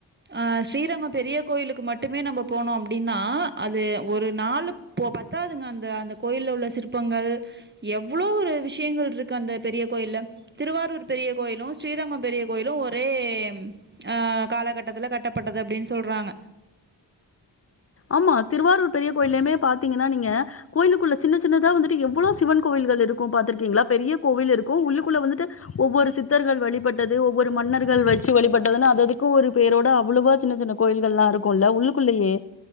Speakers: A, on the right; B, on the left.
A: ஆ ஸ்ரீரங்கம் பெரிய கோயிலுக்கு மட்டுமே நம்ம போனோ அப்டின் நா அது ஒரு நாலு இப்போ பத்தாதுங்க அந்த அந்த கோயில உள்ள சிற்பங்கள் எவ்ளோ ஒரு விஷயங்கள் இருக்கு அந்த பெரிய கோயில்ல திருவாரூர் பெரிய கோயிலு ஸ்ரீரங்கம் பெரிய கோயிலு ஒரே அ காலகட்ட ட்டத்துல கட்டப்பட்டது அப்படின்னு சொல்றாங்க
B: ஆமா திருவாரூர் பெரிய கோயிலயுமே பாத்தீங்கன்னா நீங்க கோயிலுக்குள்ள சின்ன சின்னதா வந்துட்டு எவ்வள சிவன் கோயில்கள் இருக்கு பாத்துருக்கீங்களா பெரிய கோவில் இருக்கு உள்ளுக்குள்ள வந்துட்டு ஒவ்வொரு சித்தர்கள் வழிபட்டது ஒவ்வொரு மன்னர்கள் வச்சு வழிபட்டதுன்னு அததுக்கு ஒரு பேரோட அவ்வளவா சின்ன சின்ன கோயில்கள்லா இருக்கும்ல்ல உள்ளுக்குள்ளயே